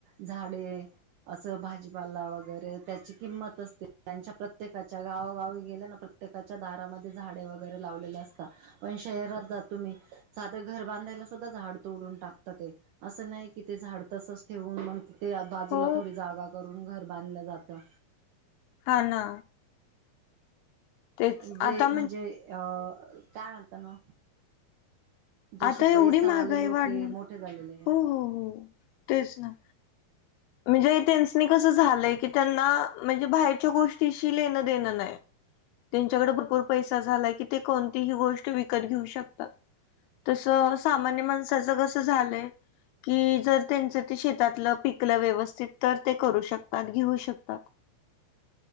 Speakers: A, on the right; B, on the left.
A: झाडे असं भाजीपाला वगैरे त्याची किंमत असते त्यांच्या प्रत्येकाच्या गावोगावी गेल ना प्र प्रत्येकाच्या दारामध्ये झाडे वगैरे लावलेले असता. पण शहरात जा तुम्ही सादं घर बांधायला सुद्धा झाड तोडून टाकता ते. असं नाही कि ते झाडं तसच ठेवून मग ते आ बाजूला
B: हो
A: थोडी जागा करून घर बांधलं जातं.
B: हा ना. तेच
A: जे
B: आता
A: म्हणजे अ काय म्हणता ना जसे
B: आता एवढी
A: पैसा
B: महागाई
A: आलेलो
B: वाढणार
A: के मोठे झालेले आहे.
B: हो हो हो तेच ना म्हणजे, त्यांसनी कस झालंय कि. त्यांना म्हणजे, बाहेरच्या गोष्टीशी लेणं देणं नाही त्यांच्याकडे भरपूर. पैसा झालाय की ते कोणतीही गोष्ट विकत घेऊ शकतात. तसं सामान्य माणसाचं कसं झालंय. कि जर त्यांचं ते शेतातलं पिकलं व्यवस्थित, तर ते करू शकतात घेऊ शकता.